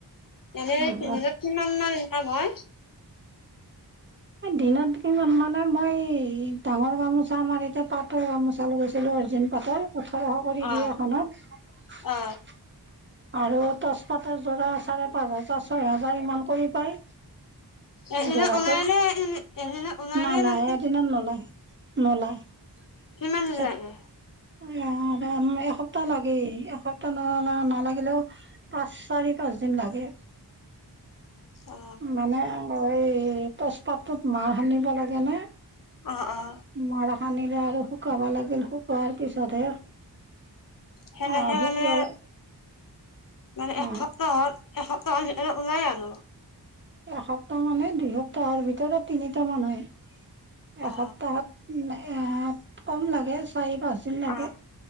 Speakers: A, on the left (about 55°); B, on the right (about 30°).
A: এনে
B: আছে।
A: দিনত কিমান মান ইনকাম হয়?
B: দিনত কিমান মানে, মই ডাঙৰ গামোচা মাৰি থাকাটো এতিয়া পাতৰ গামোচা লগাইছো চলো অৰিজিনিয়েল পাটৰ ওঠৰশ কৰি
A: অ
B: দিয়ে এখনত
A: অ
B: আৰু তচপাটৰ যোৰা চাৰে পাঁচ হাজাৰ ছয় হাজাৰ ইমান কৰি পায়।
A: এদিনত
B: যোৰাটোত
A: ওলাই
B: নাই,
A: নে এদিনত ওলাই নে
B: নাই,
A: নে
B: এদিনত নলয় নলয়
A: কিমান দিন লাগে
B: এসপ্তাহ লাগেই, এসপ্তাহ নলা - নালাগিলেও পাঁচ চাৰি পাঁচ লাগে
A: অ
B: মানে এই অ', তচপাতটোত মাৰ সানিব লাগে নে
A: অ', অ'।
B: মাৰ সানিলে আৰু শুকাবা লাগিল শুকোৱাৰ পিছতহে
A: সেনেকে
B: আহ শুকোৱাৰ
A: মানে মানে
B: অ
A: এসপ্তাহত হ'ল। এসপ্তাহৰ ভিতৰত ওলাই আনো।
B: এসপ্তাহ মানে দুই সপ্তাহৰ ভিতৰত তিনিটা মান হয়। এসপ্তাহত
A: অ
B: এ কম লাগে চাৰি পাঁচদিন লাগে।
A: অ